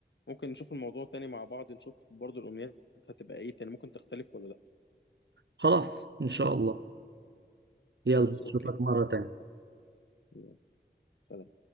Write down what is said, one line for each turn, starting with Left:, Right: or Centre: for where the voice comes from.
Left: ممكن نشوف الموضوع تاني مع بعض نشوف برضه الامنيات هتبقى ايه تاني ممكن تختلف ولا لا
Right: خلاص إن شاء الله يلا
Left: خلاص اوكي
Right: اشوفك مرة
Left: اشوفك
Right: تانية
Left: يلا، سلام